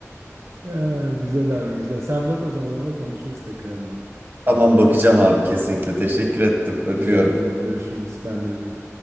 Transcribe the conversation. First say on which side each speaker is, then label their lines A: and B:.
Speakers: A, on the right; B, on the right.
A: Ya, güzel abi güzel. Sen bak o zaman ona konuşuruz tekrardan.
B: <laughs> Tamam bakacağım abi kesinlikle. Teşekkür ettim. Öpüyorum.
A: Rica ederim. Görüşürüz. Ben de öyle.